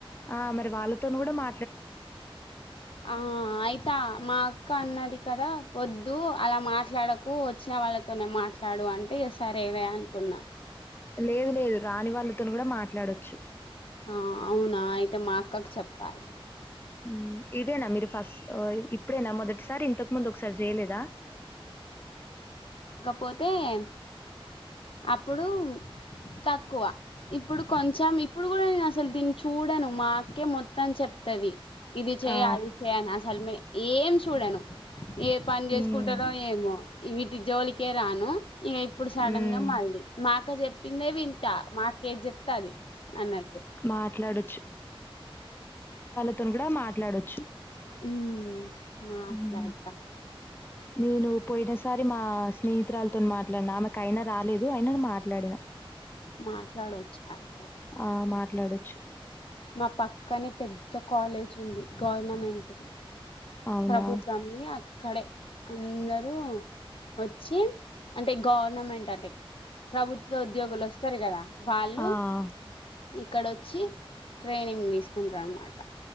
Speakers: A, on the left (about 20°); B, on the left (about 65°).
A: ఆ మరి వాళ్ళతోను కూడా మా
B: ఆ అయితా మా అక్క అన్నది కదా వొద్దు అలా మాట్లాడకు వచ్చిన వాళ్ళతోనేే మాట్లాడు అంటే ఇగ సరేలే అనుకున్నా
A: లేదు లేదు రాని వాళ్ళతో ను కూడా మాట్లాడొచ్చు
B: ఆ అవునా అయితే మా అక్కకి చెప్పాలి
A: మ్ ఇదేనా మీరు ఫస్ట్ ఇప్పుడేనా మొదటిసారి ఇంతకు ముందు ఒకసారి చేయలేదా
B: పొతేే అప్పుడు తక్కువ ఇప్పుడు కొంచెం ఇప్పుడు కూడా నేను అసలు దీన్ని చూడను మా అక్కే మొత్తం చెప్ తది ఇది చెయ్
A: ఆ!
B: అది చెయ్ అని అసలుమే ఏం చూడను ఏ పని
A: హ్మ్.
B: చేసుకుంటారో ఏమో వీటి జోలికే రాను ఇక ఇప్పుడు సడన్
A: హ్మ్.
B: మళ్ళీ మా అక్క చెప్పిందే వింట మా అక్క ఏది చెప్తే అది అన్నట్టు
A: మాట్లాడొచ్చు. ను కూడా మాట్లాడొచ్చు
B: ఉమ్ మాట్లాడతా
A: ఊహు నేను పోయిన సారి మా స్నేహితురాలతో మాట్లాడిన ఆమె కయినా రాలేదు అయన మాట్లాడిన
B: మాట్లాడొచ్చాయ్
A: ఆ మాట్లాడొచ్చు
B: మా పక్కనే పెద్ద కాలేజ్ ఉంది గవర్నమెంటుది
A: అవునా?
B: ప్రభుత్వాన్ని ఆ అక్కడే అందరూ వచ్చి అంటే గవర్నమెంట్ అంటే ప్రభుత్వ ఉద్యోగులు వస్తారు కదా వాళ్ళు
A: ఆ! ఆ!
B: ఇక్కడొచ్చి ట్రైనింగ్ తీసుకుంటారన మాట